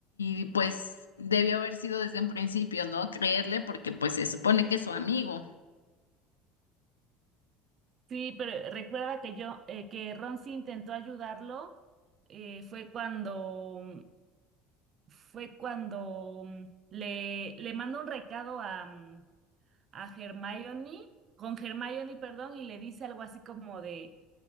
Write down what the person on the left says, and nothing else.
y, pues debió haber sido desde un principio, ¿no? Creerle porque pues se supone que es su amigo.